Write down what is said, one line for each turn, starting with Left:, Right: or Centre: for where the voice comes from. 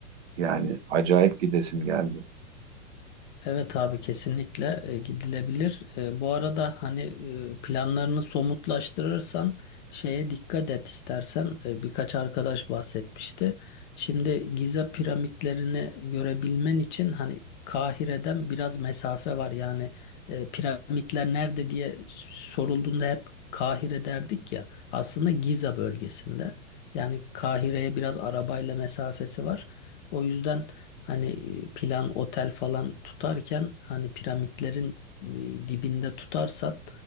Right: yani acayip gidesim geldi.
Left: Evet abi kesinlikle e, gidilebilir. E, bu arada hani e, planlarını somutlaştırırsan şeye dikkat et istersen. E, birkaç arkadaş bahsetmişti. Şimdi Giza piramitlerini görebilmen için hani Kahire'den biraz mesafe var. Yani e, piramitler nerede diye sorulduğunda hep Kahire derdik ya. Aslında Giza bölgesinde. Yani Kahire'ye biraz arabayla mesafesi var. O yüzden Hani e, plan otel falan tutarken hani piramitlerin e, dibinde tutarsan